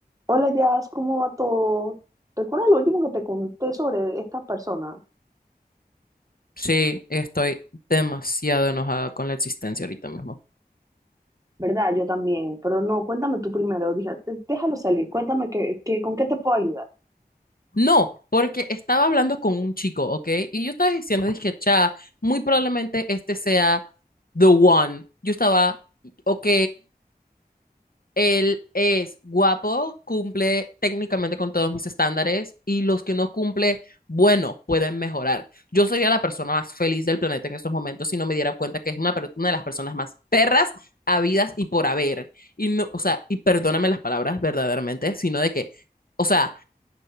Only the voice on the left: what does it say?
Sí, estoy demasiado enojada con la existencia ahorita mismo.
No, porque estaba hablando con un chico, ¿ok? Y yo estaba diciendo, dije, cha, muy probablemente este sea the one. Yo estaba, ok, Él es guapo, cumple técnicamente con todos mis estándares y los que no cumple, bueno, pueden mejorar. Yo sería la persona más feliz del planeta en estos momentos si no me diera cuenta que es una, una de las personas más perras, habidas y por haber. Y no, o sea, y perdóname las palabras verdaderamente, sino de que, o sea,